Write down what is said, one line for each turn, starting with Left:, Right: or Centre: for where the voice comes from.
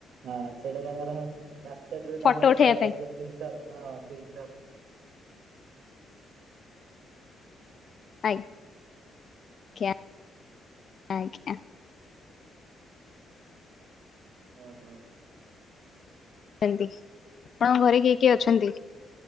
Right: ହଁ ସେଇଟା ତାଙ୍କର ସ୍ନାପ୍ ଚାଟ୍ ରେ ତାଙ୍କର
Left: ଫଟୋ ଉଠେଇବା
Right: ଥାଏ ଅଧିକ ଥି ଷ୍ଟାର୍ ଅଁ ପ୍ରିଣ୍ଟ୍ କାର୍। <inaudible>
Left: ଆ ଜ୍ଞା ଆଜ୍ଞା।
Right: ଅ ହ।
Left: ଏମ୍ ତି ଆପଣଙ୍କ ଘରେ କିଏ କିଏ ଅଛନ୍ତି?